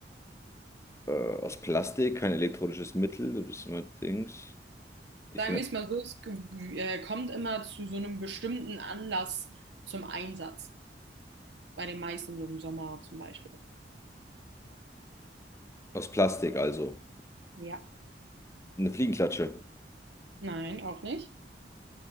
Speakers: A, on the left; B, on the right.
A: äh, aus Plastik, kein elektronisches Mittel? Du bist immer Dings. Ich
B: Sagen
A: finde,
B: wir es mal so, es ge- ge- äh, kommt immer zu so einem bestimmten Anlass zum Einsatz. Bei den meisten, so im Sommer zum Beispiel.
A: aus Plastik also.
B: Ja.
A: Eine Fliegenklatsche.
B: Nein, auch nicht.